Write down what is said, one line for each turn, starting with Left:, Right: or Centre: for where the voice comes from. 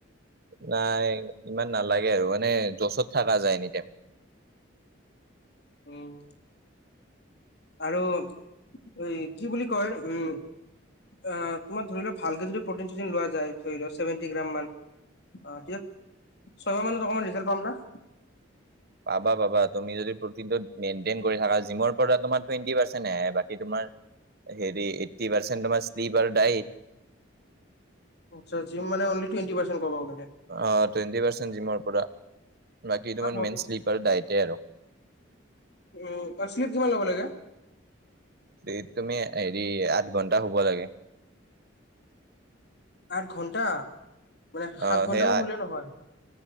Right: নাই ইমান নালাগে আৰু মানে জোচত থাকা যায় এনি টাইম।
Left: উম। আৰু উ' কি বুলি কয় উম অ', তোমাৰ ধৰি লোৱা ভালকে যদি প্ৰটিন চটিন লোৱা যায়, ধৰি ছেভেন্টি গ্ৰামা মান অ', এতিয়া ছয় মাহ মানত অকমান ৰিজাল্ট পাম না।
Right: পাবা, পাবা তুমি যদি প্ৰটিন টোত মেইন্টেইন কৰি থাকা জিমৰ পৰা তোমাৰ টুৱেন্টি পাৰ্চেন্ট হে আহে বাকী তোমাৰ হেৰি এইট্টি পাৰ্চেণ্ট তোমাৰ শ্লিপ আৰু ডাইট
Left: আচ্ছা জিম মানে অনলী টুৱেন্টি পাৰ্চেন্ট পাব পাৰে।
Right: অ', টুৱেণ্টি পাৰ্চেণ্ট জিমৰ পৰা বাকী তোৰ
Left: আ
Right: হ'ল
Left: ব-
Right: মেইন শ্লিপাৰ ডাইটে আৰু।
Left: উ <unintelligible> ল'ব লাগে।
Right: এ তুমি হেৰি আঠ ঘন্টা শুব লাগে।
Left: আঠ ঘণ্টা, মানে সাত
Right: অ
Left: ঘণ্টামান
Right: সেই
Left: শুলে নহয়।